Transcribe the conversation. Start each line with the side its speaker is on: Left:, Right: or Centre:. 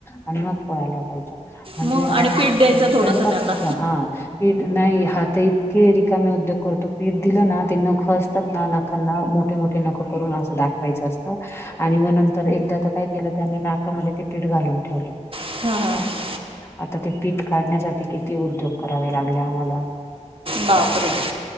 Left: अनमग पोळाला वाटायचा म्हणजे
Right: मग आणि पीठ द्यायचं थोडंसं
Left: स्वयंपाक
Right: त्यांना
Left: सुद्धा हा. पीठ नाही हात इतके रिकामे उद्योग करतो पीठ दिलं ना ते न खं असतात. ना नखांना मोठे मोठे नकं करून असं दाखवायचं असतं. आणि मग नंतर एकदा तर काय केलं त्या आही नाकामध्ये ते पीठ घालून ठेवलं.
Right: हा.
Left: आता ते पीठ काढण्यासाठी किती उद्योग करावे लागले आम्हाला.
Right: बापरे!